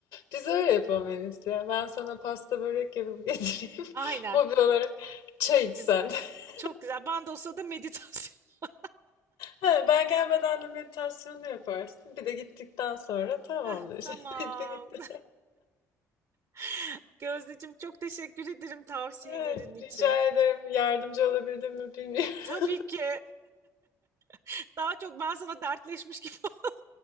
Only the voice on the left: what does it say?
Biz öyle yapamayız ya. Ben sana pasta börek yapıp getireyim.
<laughs> Hobi olarak çay
içsen
de. <laughs>
Ha, Ben gelmeden de meditasyonu yaparsın. Bir de gittikten sonra tamamdır.
<laughs> Bitti gitti.
Evet,
Rica ederim. Yardımcı olabildim mi bilmiyorum.
<laughs>